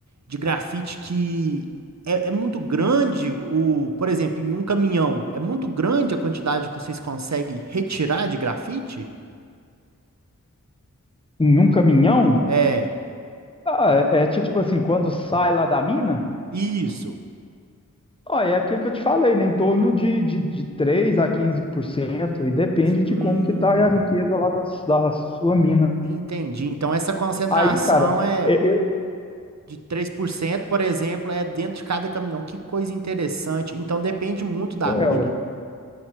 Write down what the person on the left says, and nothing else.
Num caminhão,
ah, é, é ti- tipo assim, quando sai lá da mina,
ó, é aquilo que eu te falei, né? Em torno de, de, de 3 a quinze por cento e depende de
como que tá a riqueza lá da, da sua mina.
Aí, cara,
é, é,
é,
ué.